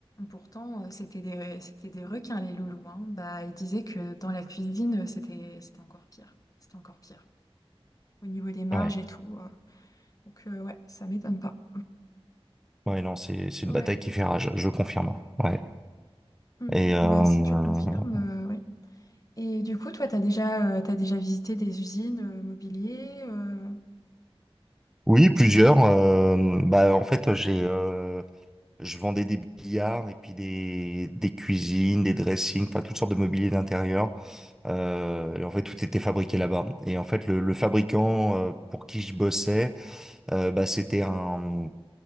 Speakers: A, on the left (about 35°); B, in the centre.
A: pourtant euh, c'était des c'était des requins les loulous, hein. Bah ils disaient que dans la cuisine euh, c'était c'était encore pire, c'était encore pire. au niveau des marges
B: Ouais.
A: et tout. euh. Donc euh, ouais, ça m'étonne pas.
B: Ouais, non, c'est c'est
A: Ouais.
B: une bataille qui fait rage, je confirme. Ouais.
A: Hmm.
B: Et euh,
A: Bah si tu confirmes, euh, oui. Et du coup, toi, t'as déjà, euh, t'as déjà visité des usines euh, mobilier euh,
B: oui, plusieurs. euh, bah, en fait, j'ai euh, je vendais des billards et puis des des cuisines, des dressings, enfin toutes sortes de mobilier d'intérieur. Euh, et en fait, tout était fabriqué là-bas. Et en fait, le, le fabricant euh, pour qui je bossais, euh, bah c'était un